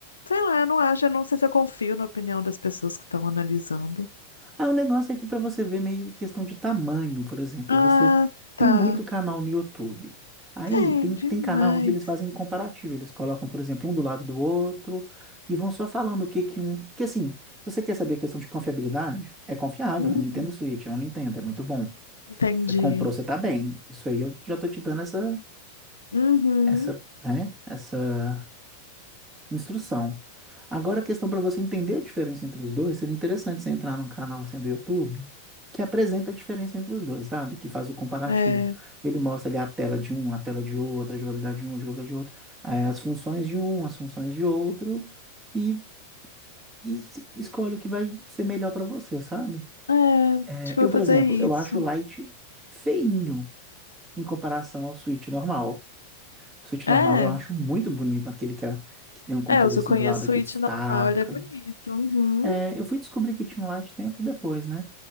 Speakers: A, on the left; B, on the right.
A: sei lá, eu não acho, eu não sei se eu confio na opinião das pessoas que estão analisando.
B: Ah, o negócio é que para você ver meio questão de tamanho, por exemplo,
A: Ah,
B: você tem
A: tá.
B: muito canal no YouTube. Aí
A: Tem
B: tem,
A: demais.
B: tem canal onde eles fazem comparativo, eles colocam, por exemplo, um do lado do outro e vão só falando o que que um, que assim, se você quer saber a questão de confiabilidade, é confiável,
A: Hum,
B: a Nintendo Switch, é um Nintendo, é muito bom.
A: entendi.
B: Você comprou, você tá bem. Isso aí eu já tô te dando essa
A: Uhum.
B: essa, né, essa Instrução. Agora a questão para você entender a diferença entre os dois, seria interessante você entrar num canal assim do YouTube que apresenta a diferença entre os dois, sabe? Que faz o comparativo.
A: É, <clears throat>
B: Ele mostra ali a tela de um, a tela de outro, a jogabilidade de um, a jogabilidade de outro, eh, as funções de um, as funções de outro, e, e se- escolhe o que vai ser melhor para você, sabe?
A: é, acho
B: Eh,
A: que
B: eu,
A: eu vou
B: por
A: fazer
B: exemplo,
A: isso.
B: eu acho o Lite feinho em comparação ao Switch normal. O Switch
A: É,
B: normal eu acho muito bonito, aquele que, é- que tem um controle
A: é, eu só
B: assim
A: conheço
B: do lado que
A: o it
B: destaca.
A: normal, ele é bonito. Uhum.
B: É, eu fui descobrir que tinha um light tempos depois, né?